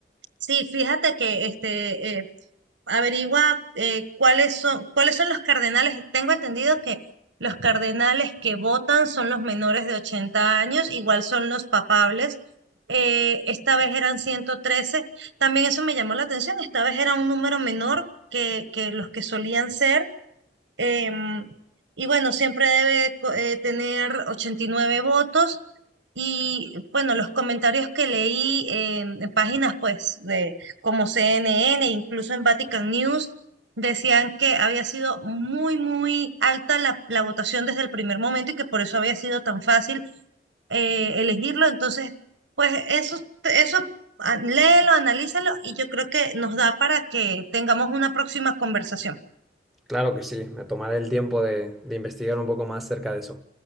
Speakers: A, on the right; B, in the centre.
A: Sí, fíjate que este, eh, averigua eh, cuáles son, cuáles son los cardenales. Tengo entendido que los cardenales que votan son los menores de 80 años, igual son los papables. eh, esta vez eran 113. También eso me llamó la atención. Esta vez era un número menor que, que los que solían ser. Em, y bueno, siempre debe co- eh, tener 89 votos. Y bueno, los comentarios que leí eh, en páginas pues de como CNN, incluso en Vatican News, decían que había sido muy, muy alta la, la votación desde el primer momento y que por eso había sido tan fácil eh, elegirlo. Entonces, pues eso, eso ah, léelo, analízalo y yo creo que nos da para que tengamos una próxima conversación.
B: Claro que sí, me tomaré el tiempo de, de investigar un poco más acerca de eso.